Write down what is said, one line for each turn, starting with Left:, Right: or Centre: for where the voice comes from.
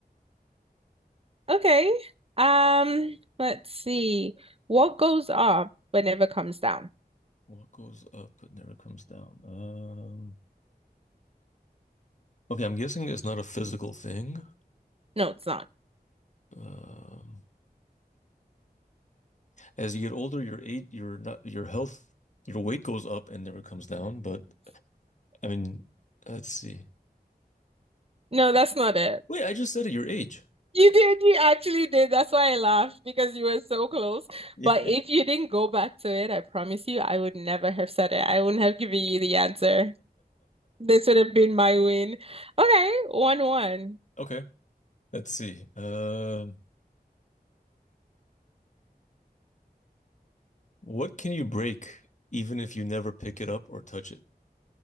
Right: Okay. Um, let's see. What goes up but never comes down?
Left: What goes up but never comes down? Um, okay, I'm guessing it's not a physical thing.
Right: No, it's not.
Left: Um, as you get older, your age, your not your health, your weight goes up and never comes down. But I mean, let's see.
Right: No, that's not it.
Left: Wait, I just said it, your age.
Right: You did, you actually did. That's why I laughed because you were so close.
Left: Yeah.
Right: But if you didn't go back to it, I promise you, I would never have said it. I wouldn't have given you the answer. This would have been my win. Okay, 1-1.
Left: Okay, let's see. Um, what can you break even if you never pick it up or touch it?